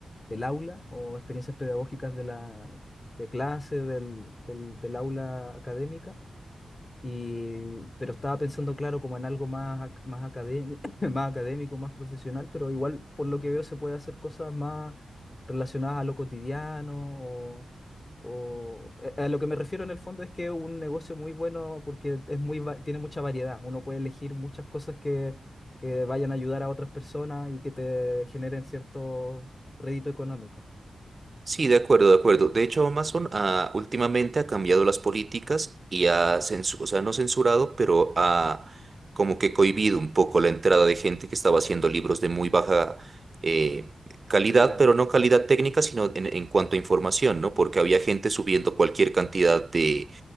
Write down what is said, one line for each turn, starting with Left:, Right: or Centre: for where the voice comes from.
Left: del aula o experiencias pedagógicas de la de clase, del, del, del aula académica. Y, pero estaba pensando, claro, como en algo más, ac- más académico, <laughs> <clears throat> más académico, más profesional, pero igual por lo que veo se puede hacer cosas más relacionadas a lo cotidiano o, o- eh, a lo que me refiero en el fondo es que es un negocio muy bueno porque es muy, va- tiene mucha variedad. Uno puede elegir muchas cosas que, que vayan a ayudar a otras personas y que te generen cierto rédito económico.
Right: Sí, de acuerdo, de acuerdo. De hecho, Amazon ah, últimamente ha cambiado las políticas y ha censurado, o sea, no censurado, pero ha como que cohibido un poco la entrada de gente que estaba haciendo libros de muy baja eh, calidad,
Left: Calidad.
Right: pero no calidad técnica, sino en, en cuanto a información, ¿no? Porque había gente subiendo cualquier cantidad de,